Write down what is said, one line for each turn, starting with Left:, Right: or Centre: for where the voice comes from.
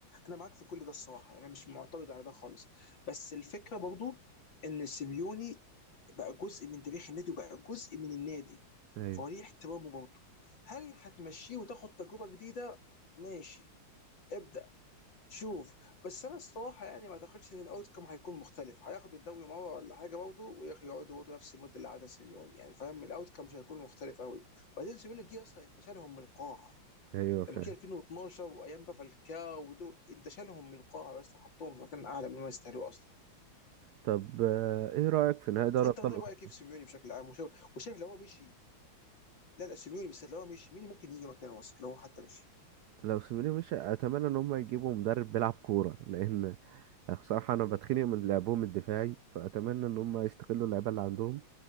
Left: أنا معاك في كل ده الصراحة يعني أنا مش معترض على ده خالص بس الفكرة برضو إن سيميوني بقى جزء من تاريخ النادي وبقى جزء من النادي
Right: ايوه
Left: فهو ليه احترامه برضه هل هتمشيه وتاخد تجربة جديدة ماشي ابدأ شوف بس انا الصراحه يعني ما اعتقدش ان الاوت كم هيكون مختلف هياخدوا الدوري مره ولا حاجه برضه ويقعدوا برضه نفس المده اللي قعدها سيميوني يعني فاهم الاوت كم مش هيكون مختلف قوي وبعدين سيميوني جه اصلا انت شالهم من القاعه
Right: ايوه فعلا
Left: لما جه 2012 وايام بقى فالكاو ودول انت شالهم من القاعه بس وحطهم في مكان اعلى من ما يستاهلوه اصلا
Right: طب آه، ايه رأيك في نهائي دوري
Left: انت
Right: ابطال
Left: طيب
Right: اوروبا
Left: رايك كيف سيميوني بشكل عام وشايف وشايف لو هو مشي لا لا سيميوني بس لو هو مشي مين ممكن يجي مكانه اصلا لو هو حتى مشي
Right: لو سيميوني مش اتمنى ان هم يجيبوا مدرب بيلعب كورة لان يعني بصراحة أنا بتخنق من لعبهم الدفاعي فأتمنى إن هم يستغلوا اللعيبة اللي عندهم